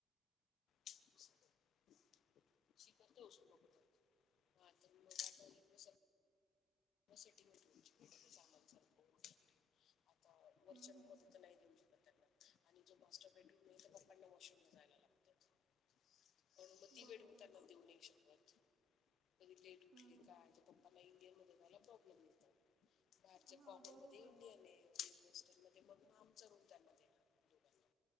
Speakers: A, on the left; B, on the right.
A: <inaudible> उचलू नको पण. हा तर मग आता इकडे सगळं सेटिंग होतो सामान सारखं वगैरे आता वरच्या
B: हं,
A: रूमध्ये
B: हं,
A: तर नाही देऊ श आणि जो मास्टर बेडरूम आहे तो पप्पांना वॉशरूमला जायला लागतं. म्हणून मग ती
B: बरोबर.
A: बेडरूम त्यांना देऊ नाही शकतं. कधी लेट उठली
B: हं, हं.
A: काय तर पप्पाना इंडियनमध्ये जायला प्रॉब्लेम येतं. बाहेरच्या
B: हां
A: कॉमनमध्ये
B: बरोबर
A: इंडियन आहे. हॉस्टेल मग आमचा रूम त्यांना देणार दोघांना.